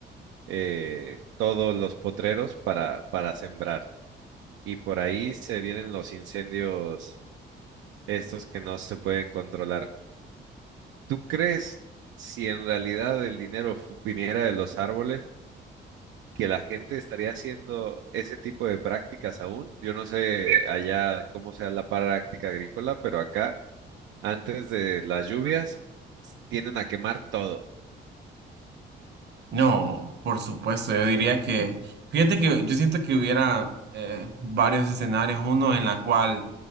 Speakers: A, on the right; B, on the right.
A: eh, todos los potreros para, para sembrar. Y por ahí se vienen los incendios estos que no se pueden controlar. ¿Tú crees si en realidad el dinero fu- viniera de los árboles, que la gente estaría haciendo ese tipo de prácticas aún? Yo no sé allá cómo sea la práctica agrícola, pero acá antes de las lluvias s- tienden a quemar todo.
B: No, por supuesto, yo diría que, fíjate que yo siento que hubiera eh, varios escenarios, uno en la cual